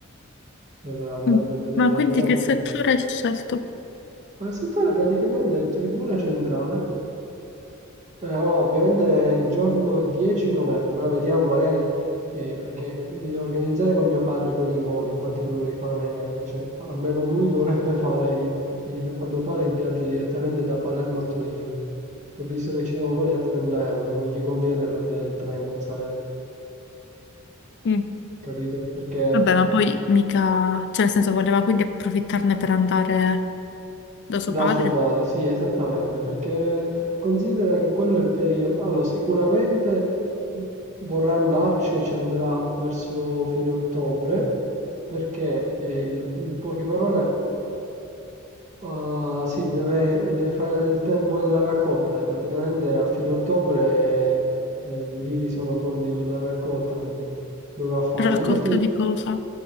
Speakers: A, on the right (about 35°); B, on the left (about 55°).
A: per andarmi
B: Mm.
A: a vedere
B: Ma quindi
A: l'evento.
B: che settore hai scelto?
A: Ma il settore praticamente è Tribuna Centrale, Eh, oh, ovviamente è giorno 10 novembre, ora vediamo magari eh, perché mi devo organizzare con mio padre con i voli, infatti dovrei fare, cioè almeno lui dovrebbe <laughs> fare il- il- quando pare il viaggio direttamente da Palermo a Torino, che ho visto che ci sono voli a 30 euro, non gli conviene prendere il treno da Salerno,
B: Mm.
A: capito? Perché
B: Vabbè, ma poi mica, cioè nel senso voleva quindi approfittarne per andare da suo
A: Da
B: padre.
A: suo padre, sì, esattamente, perché considera che quello è il periodo. Allora, sicuramente vorrà andarci e ci andrà verso fine ottobre, perché eh, il- in poche parole, ah, sì, deve, deve fare il tempo della raccolta. e praticamente a fine ottobre eh, gli ulivi sono pronti per la raccolta, quindi dovrà fare.
B: Raccolta
A: Di olivo? Infatti,
B: di cosa?